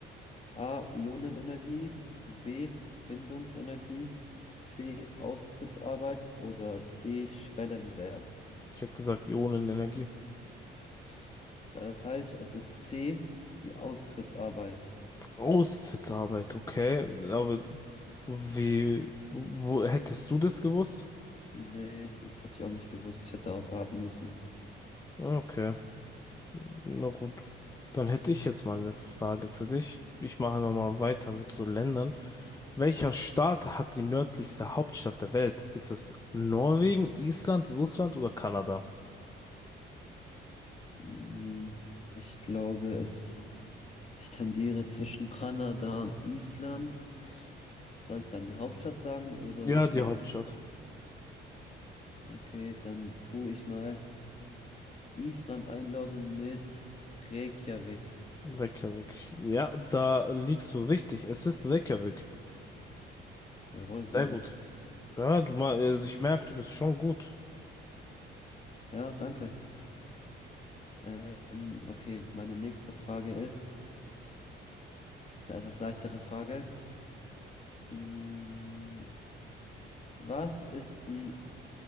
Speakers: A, on the left (about 35°); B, on the left (about 15°).
A: A. Ionenenergie, B. Bindungsenergie, C. Austrittsarbeit oder D. Schwellenwert.
B: Ich hätte gesagt, Ionenenergie.
A: Ist leider falsch. Es ist C. Die Austrittsarbeit.
B: Aushilfsarbeit, okay. Aber wie, wo hättest du das gewusst?
A: Nee, das hatte ich auch nicht gewusst. Ich hätte auch raten müssen.
B: Ah, Okay, na gut. Dann hätte ich jetzt mal eine Frage für dich. Ich mache einfach mal weiter mit so Ländern. Welcher Staat hat die nördlichste Hauptstadt der Welt? Ist es Norwegen, Island, Russland oder Kanada?
A: Mhm. Ich glaube, es, ich tendiere zwischen Kanada und Island. Soll ich dann die Hauptstadt sagen oder
B: Ja,
A: das
B: die
A: Land?
B: Hauptstadt.
A: Okay, dann tue ich mal Island einloggen mit Reykjavik.
B: Reykjavik. Ja, da liegst du richtig. Es ist Reykjavik.
A: Jawohl, sehr
B: Sehr
A: gut.
B: gut. Ja, du mal, also ich merke, du bist schon gut.
A: Ja, danke. Ähm, okay, meine nächste Frage ist, ist eine etwas leichtere Frage. Mm, Was ist die